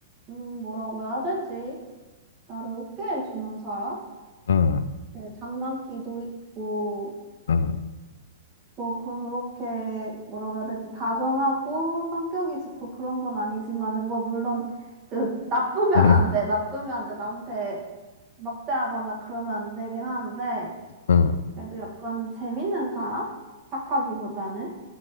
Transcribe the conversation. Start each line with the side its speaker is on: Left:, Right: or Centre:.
Right: 음, 뭐라고 해야 되지? 나를 웃게 해주는 사람?
Left: 음,
Right: 이렇게 장난기도 있고,
Left: 음,
Right: 뭐, 그렇게, 뭐라고 해야 되지? 다정하고, 성격이 좋고 그런 건 아니지만은, 뭐, 물론, 그, 나쁘면
Left: 음,
Right: 안 돼. 나쁘면 안 돼. 남한테 막대하거나 그러면 안 되긴 한데,
Left: 음,
Right: 그래도 약간 재밌는 사람? 착하기보다는?